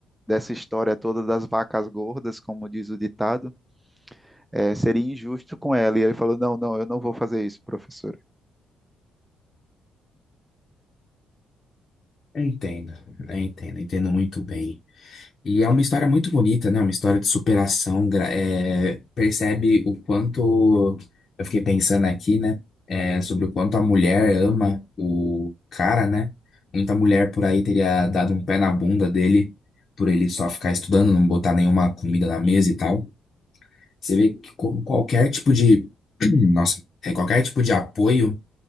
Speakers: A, in the centre; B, on the left.
A: dessa história toda das vacas gordas, como diz o ditado, eh, seria injusto com ela. E ele falou: Não, não, eu não vou fazer isso, professora.
B: Eu entendo, eu entendo, eu entendo muito bem. E é uma história muito bonita, né? Uma história de superação. gra- é, percebe o quanto. Eu fiquei pensando aqui, né? É, sobre o quanto a mulher ama o cara, né? Muita mulher por aí teria dado um pé na bunda dele por ele só ficar estudando, não botar nenhuma comida na mesa e tal. Você vê que com qualquer tipo de. <clears throat> Nossa, é, qualquer tipo de apoio